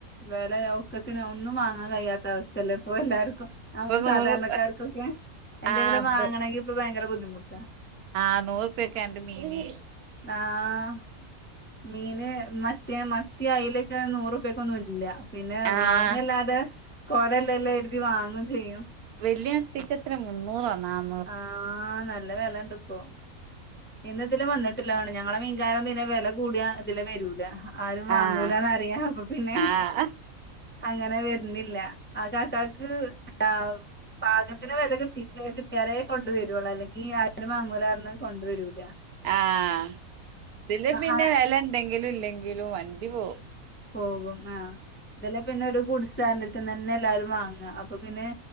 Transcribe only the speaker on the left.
വെല ഒക്കത്തിന് ഒന്നും വാങ്ങാൻ കഴിയാത്ത- അവസ്ഥയല്ല ഇപ്പോ എല്ലാവർക്കും
സാധാരണക്കാർക്കൊക്കെ എന്തെങ്കിലും
വാങ്ങണമെങ്കിൽ- ഇപ്പ ഭയങ്കര ബുദ്ധിമു -
ആഹ് മീന് മറ്റേ മത്തി അയിലക്കെ നൂറ് റുപ്പിയക്ക്‌ ഒന്നും ഇല്ല പിന്നെ
വാങ്ങിയല്ലാതെ കൊറെ <unintelligible> ല്ലല്ലാം കരുതി വാങ്ങും ചെയ്യും
ആഹാ നല്ല വിലയിണ്ട് ഇപ്പോ ഇന്ന് ഇതില് വന്നിട്ടില്ല അതുകൊണ്ട് ഞങ്ങളെ മീൻകാര് പിന്നെ വില കൂടിയ ഇതില് വരൂല ആരും വാങ്ങൂലാന്നറിയാം
അപ്പൊ പിന്നെ-
അങ്ങനെ വരുന്നില്ല ആ കാക്കക്ക് ആ - പാകത്തിന് വെല കിട്ടി കിട്ടിയാരേ കൊണ്ട് വരുളൂ അല്ലെങ്കിൽ ആരും വാങ്ങൂലാന്ന് പറഞ് കൊണ്ട് വരൂ അാ <unintelligible>
ആ
പോകും ആഹ് ഇതെല്ലാം പിന്നെ ഒരു കുടിസുകാരന്റെ അടുത്ത് തന്നെ എല്ലാരും വാങ്ങുക അപ്പൊ പിന്നെ-